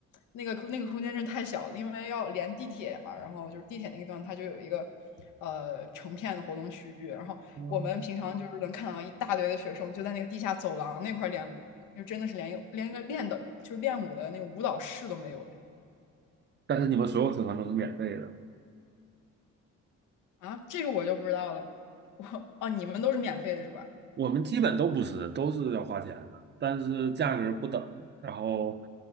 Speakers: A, on the left (about 85°); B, on the right (about 35°).
A: 那个那个空间真太小了，因为要连地铁嘛，然后就是地铁那个地方它就有一个呃成片的活动区域，然后我们平常就是能看到一大堆的学生就在那个地下走廊那块练舞，
B: 嗯，
A: 就真的是连有连个练的就是练舞的那个舞蹈室都没有的
B: 但是你们所有车船都是免费的，
A: 啊，这个我就不知道了。我哦，你们都是免费的是吧？
B: 我们基本都不是，都是要花钱的，但是价格不等。然后